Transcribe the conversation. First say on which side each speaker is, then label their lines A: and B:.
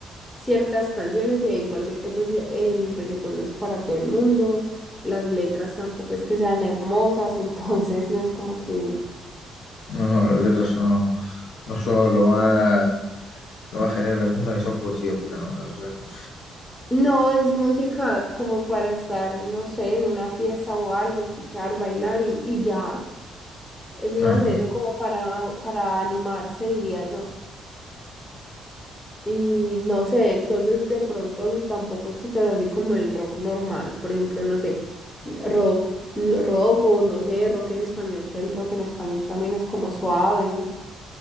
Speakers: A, on the left (about 15°); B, on the left (about 70°).
A: ciertas canciones y igualmente pues e- el reggaetón no es para todo el mundo, las letras tampoco es que sean hermosas, <laughs> entonces no es como que...
B: No, no, las letras son, no son lo más, lo más genial del mundo, ni son poesía pura, ¿no? La verdad que no.
A: No, es música como para estar, no sé, en una fiesta o algo, escuchar, bailar y, y ya. Es más
B: Ajá.
A: eso como para, para animarse, diría yo. Y no sé, entonces de pronto tampoco escuchas así como el rock normal, por ejemplo, no sé, rock, n- rock o no sé, rock en español, que el rock en español también es como suave.